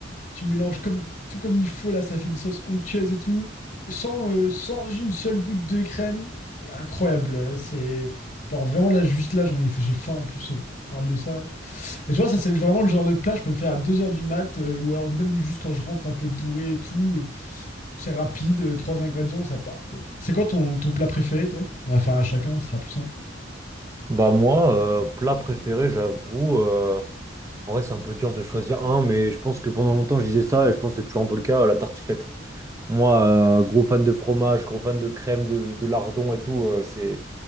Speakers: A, on the left (about 40°); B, on the right (about 15°).
A: tu mélanges comme, tout comme il faut, là, ça fait une sauce onctueuse et tout, sans, euh, sans une seule goutte de crème. Incroyable, euh, c'est genre vraiment là, juste là, j'en ai, j'ai faim en plus, euh, je parle de ça. Et tu vois, ça, c'est vraiment le genre de plat, je peux me faire à deux heures du mat, euh, ou alors même juste quand je rentre un peu bourré et tout. euh, c'est rapide, euh, trois ingrédients, ça part, quoi. C'est quoi ton, ton plat préféré, toi? On va faire à chacun, ce sera plus simple.
B: Bah moi, euh, plat préféré, j'avoue, euh, en vrai c'est un peu dur de choisir un, mais je pense que pendant longtemps je disais ça, et je pense que c'est toujours un peu le cas, euh, la tartiflette. Moi, euh, gros fan de fromage, gros fan de crème, de, de lardon et tout, euh, c'est,